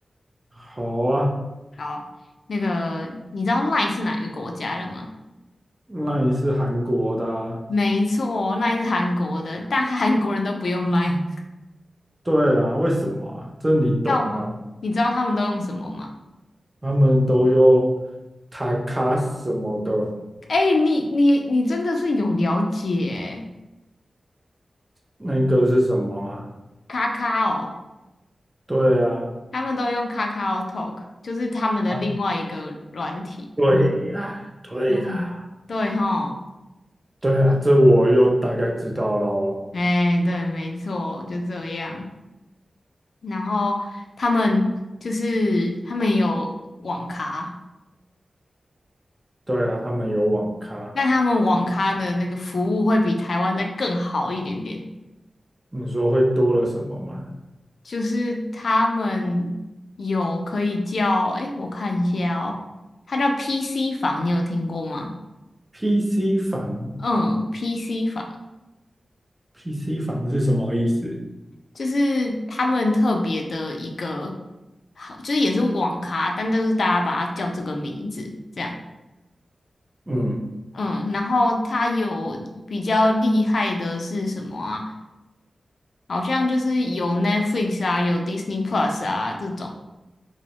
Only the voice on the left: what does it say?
好，那个你知道 line 是哪一个国家的吗？
没错，l i n e 是韩国的，但韩 <laughs> 国人都不用 line，
<laughs> 知道吗？你知道他们都用什么吗？
哎、你你你真的是有了解，
卡卡哦，
他们都用卡卡哦 Talk，就是他们的另外一个软体。
对对哈，
哎、对，没错，就这样。然后他们就是他们有网咖。
但他们网咖的那个服务会比台湾再更好一点点，
就是他们有可以叫，诶，我看一下哦，它叫 PC 房，你有听过吗？
嗯，PC 房
就是他们特别的一个，好，就是也是网咖，但都是大家把它叫这个名字这样。
嗯，然后它有比较厉害的是什么啊？好像就是有 Netflix 啊，有 Disney Plus 啊这种。